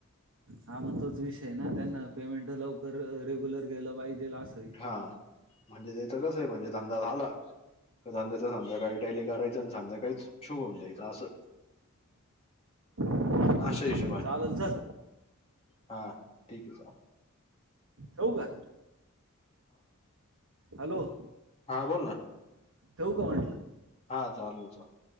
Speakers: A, on the right (about 65°); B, on the left (about 30°).
A: हा मग तोच विषय ना त्यांना पेमेंट लवकर रेग्युलर गेलं पाहिजे अस
B: हा म्हणजे त्याच कस आहे म्हणजे धंदा झाला त्याधंद्याचं संध्याकाळी त्याली टॅली करायचं आणि संध्याकाळीच छू होऊन जायचं असं
A: बरोबर
B: अशा
A: आहे.
B: हिशोबानी
A: चालेल चल
B: हा ठीक आहे.
A: होऊ का हॅलो.
B: हां बोल ना
A: चऊ कावटला
B: हा चाल चाल